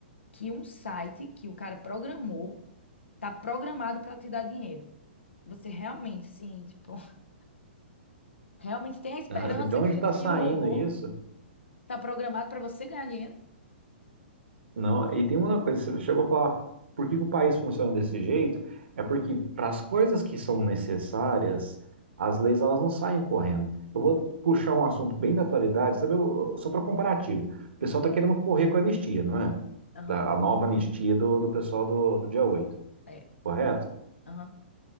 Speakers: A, on the left; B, on the right.
A: que um site que o cara programou tá programado para te dar dinheiro. Você realmente, sim, tipo, <laughs> realmente tem a esperança
B: Ah, de onde
A: que,
B: está
A: que
B: saindo
A: o robô
B: isso?
A: tá programado para você ganhar dinheiro?
B: Não, e tem uma coisa, você chegou a falar, por que que o país funciona desse jeito? É porque para as coisas que são necessárias, as leis elas não saem correndo. Eu vou puxar um assunto bem da atualidade, sabe, eu- só para comparativo. O pessoal
A: Hum,
B: está querendo correr com a anistia, não é?
A: aham,
B: Da- a nova anistia do, do pessoal do, do dia 8,
A: é,
B: correto?
A: aham,